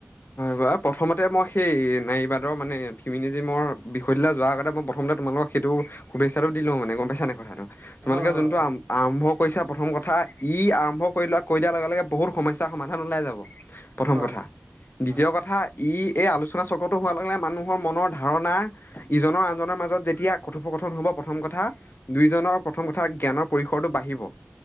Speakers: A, on the left; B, on the right.
A: হয় প্ৰথমতে মই সেই নাৰীবাদৰ মানে ফিমিনী জিমৰ বিষয়টোলে যোৱাৰ আগতে মই প্ৰথমতে তোমালোকৰ সেইটো শুভেচ্ছাটো দিলোঁ মানে গম পাইছানে কথাটো তোমালোকে
B: হয় হয়
A: যোনটো আ আৰম্ভ কৰিছা প্ৰথম কথা ই আৰম্ভ কৰিলোৱা কৈ দিয়াৰ লগে লগে বহুত সমস্যা সমাধান ওলাই যাব। প্ৰথম
B: হয়
A: কথা
B: হয়
A: দ্বিতীয়
B: হয়
A: কথা ই এই আলোচনা চক্ৰটো হোৱাৰ লগে লগে মানুহৰ মনৰ ধাৰণাৰ ইজনৰ আনজনৰ মাজত যেতিয়া কথোপকথন হব প্ৰথম কথা দুইোজনৰ প্ৰথম কথা জ্ঞানৰ পৰিসৰটো বাঢ়িব